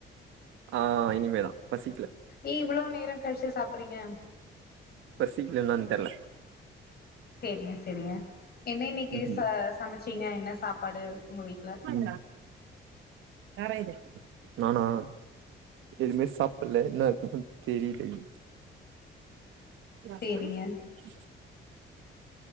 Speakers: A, on the right; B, on the left.
A: ஆ இனிமே தா பசிக்கல
B: ஏ இவளோ நேர கழிச்சு சாப்பறீங்க
A: பசிக்கல என்னான் தெர்ல
B: சேரிங்க சேரிங்க என்ன இன்னக்கி
A: ம்
B: ச சமச்சீங்க என்ன சாப்பாடு ஒங்க வீட்ல
A: <unintelligible> யாரா இது நானா எதுமே சாப்ல இன்னா இருக்குதுனு தெரிலங் <inaudible> நீங்க
B: சேரிங்க